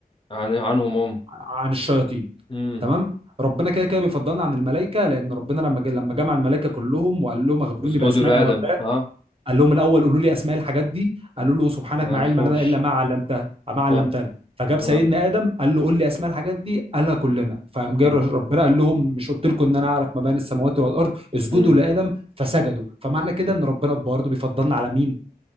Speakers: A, on the left; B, on the right.
A: عن... عنهم هم
B: عن الشياطين
A: امم
B: تمام ربنا كده كده بيفضلنا عن الملائكه لان ربنا لما ج- لما جمع الملائكه كلهم وقال لهم اخبروني
A: اسجدوا
B: باسماء
A: لآدم
B: هؤلاء
A: اه
B: قال لهم الاول قولوا لي اسماء الحاجات دي قالوا له سبحانك
A: ما
B: ما
A: عرفوش
B: علم لنا الا ما علمتها ما علمتنا
A: صح
B: فجاب سيدنا
A: اه
B: ادم قال له قول لي اسماء الحاجات دي قالها كلنا فقام جه
A: اه
B: ربنا قال لهم مش قلت لكم ان انا اعرف ما بين السماوات والارض اسجدوا
A: امم
B: لادم فسجدوا فمعنى كده ان ربنا برضه بيفضلنا على مين